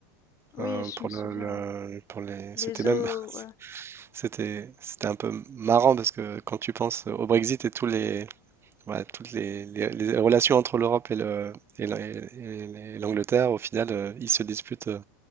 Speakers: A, on the left; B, on the right.
A: Oui,
B: euh,
A: je
B: pour
A: me
B: le,
A: souviens.
B: le- pour les,
A: Les
B: c'était même,
A: eaux,
B: <laughs>
A: ouais,
B: c'était, c'était un peu marrant parce que quand tu penses au Brexit et tous les Voilà, toutes les, les- les relations entre l'Europe et le- et la- et les- et l'Angleterre, au final, euh, ils se disputent euh,